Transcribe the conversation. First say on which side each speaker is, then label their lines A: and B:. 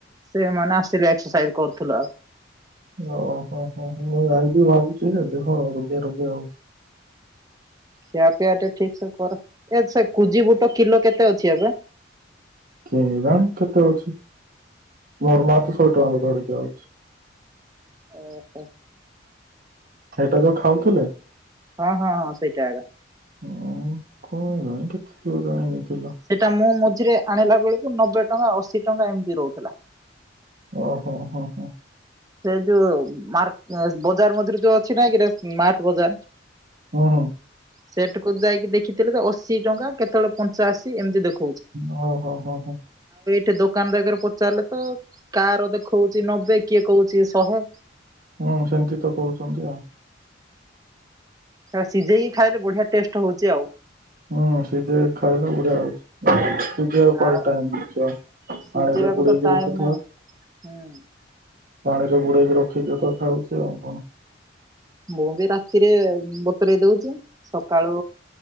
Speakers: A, on the right; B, on the right.
A: ସେମାନୋନେ ଆସିଥିଲେ ଏକ୍ସରସାଇଜ କରୁଥିଲୁ ଆଉ।
B: ଓ ହୋ ହୋ ହୋ ମୁଁ ଆଇ ବିି ଭାବୁଛି ଦେଖ ରୋଗ ରୋଗ ହଉଛି।
A: ଖିଆ ପିଆ ଟେ ଠିକ ସେ କର ଏ ସେ କୁଜି ବୁଟ କିଲୋ କେତେ ଅଛି ଏବେ?
B: କେ ଜାଣି କେତେ ଅଛି। ମୋର୍ ମାସ ସ ଟ ଧରଛ ଆଉ।
A: ଓହୋ।
B: ସେଇଟା ଯୋଉ ଖାଉଥିଲେ?
A: ହଁ ହଁ ହଁ ସେଇଟା ଏକା।
B: ହ କଣ ଜାଣି କେତେଥିବ ଜାଣିନି। କିଲୋ
A: ସେଇଟା ମୁଁ ରେ ଆଣିଲା ବେଳକୁ ନବେ ଟଙ୍କା ଅଶୀ ଟଙ୍କା ଏମିତି ରହୁଥିଲା।
B: ଓ ହୋ ହୋ ହୋ।
A: ସେ ଯୋଉ ସ୍ମଟ ବଜାର ମଝିରେ ଯୋଉ ଅଛି ନାଇକିରେ ସ୍ମାର୍ଟ ବଜାର।
B: ଓ ହୋ।
A: ସେଠକୁ ଯାଇକି ଦେଖିଥିଲେ ତ ଅଶୀ ଟଙ୍କା କେତେବେଳେ ପଞ୍ଚାଅଶୀ ଏମିତି ଦେଖୁ
B: ଓ ହୋ ହୋ ହୋ।
A: ଠେ ଦୋକାନ ଜାଗାରେ ପଚାରିଲେ ତ କାହାର ଦେଖଉଛି ନବେ କିଏ କହୁଛି। କିଏ।
B: ହୁଁ ସେମିତି ତ କହୁଛନ୍ତି ଆଉ।
A: ସେଟ ସିଝେଇକି ଖାଇଲେ ବଢିଆ ଟେଷ୍ଟ ହଉଛି ଆଉ।
B: ହଁ ସେ ଯେ ଖାଇଲେ ବଢିଆ ହଉଛି। କଣ
A: ଆଉ
B: ଟାଇ
A: ସିଝେଇବାକୁ
B: ପାଣିରେ ପୁଡେଇକି
A: ତ ଟାଇମ
B: ରଖିଥା।
A: ନାହିଁ ହୁଁ
B: ପାଣିର ଗୁଡେଇ ବି ରଖିକି ତଥାାଉଛି ଆଉ କଣ।
A: ମୁଁ ବି ରାତିରେ ବତରଇ ଦଉଛି ସକାଳୁ